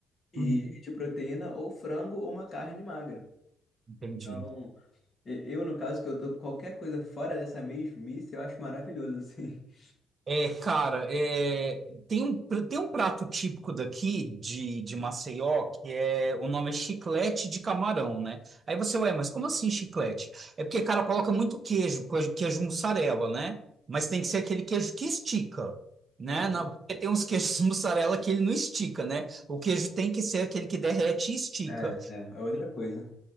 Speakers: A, on the left (about 25°); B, on the right (about 25°).
A: e
B: uhum,
A: de proteína, ou frango ou uma carne magra.
B: entendi.
A: Então, e- eu, no caso, que eu tô qualquer coisa fora dessa mesmice, eu acho maravilhoso, <laughs>
B: É, cara, é, tem um, pr- tem um prato típico daqui de, de Maceió, que é, o nome é chiclete de camarão, né? Aí você, ué, mas como assim chiclete? É porque, cara, coloca muito queijo, queijo, queijo mussarela, né? Mas tem que ser aquele queijo que estica, né?
A: assim.
B: Na- porque tem uns queijos <laughs> mussarela que ele não estica, né? O queijo tem que ser aquele que derrete e estica.
A: É, é, é outra coisa.